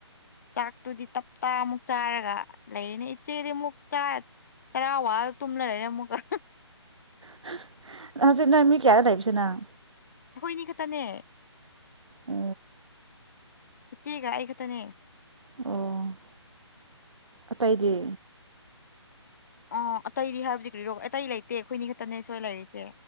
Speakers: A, on the left; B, on the right.
A: ꯆꯥꯛꯇꯨꯗꯤ ꯇꯞꯇꯥ ꯑꯃꯨꯛ ꯆꯥꯔꯒ ꯂꯩꯔꯤꯅꯤ ꯏꯆꯦꯗꯤ ꯑꯃꯨꯛ ꯆꯥ ꯆꯔꯥ ꯋꯥꯔ ꯇꯨꯝ ꯂꯩꯔꯦꯅꯦ ꯑꯃꯨꯛꯀ <unintelligible>
B: <unintelligible> ꯍꯧꯖꯤꯛ ꯅꯪ ꯃꯤ ꯀꯌꯥꯔ ꯂꯩꯕꯁꯤ ꯅꯪ꯫
A: ꯑꯈꯣꯏꯅꯤ ꯈꯛꯇꯅꯦ꯫
B: ꯑ
A: ꯏꯆꯦꯒ ꯑꯩ ꯈꯛꯇꯅꯦ꯫
B: ꯑꯣ ꯑꯇꯩꯗꯤ꯫
A: ꯑꯣ ꯑꯇꯩꯗꯤ ꯍꯥꯏꯕꯗꯤ ꯀꯔꯤꯔꯣ ꯑꯇꯩ ꯂꯩꯇꯦ ꯑꯩꯈꯣꯏꯅꯤ ꯈꯛꯇꯅꯦ ꯁꯣꯏ ꯂꯩꯔꯤꯁꯦ꯫